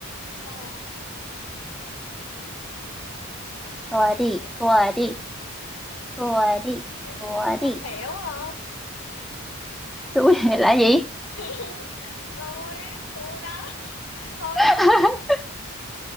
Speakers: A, on the left; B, in the centre.
A: Người ta.
B: Thua đi
A: số
B: Thua đi Thua đi
A: số
B: Thua
A: Sú
B: đi
A: hiểu hả?
B: Sú <laughs> này là gì
A: <laughs> Tôi thua đó. Thôi
B: <laughs>
A: thua.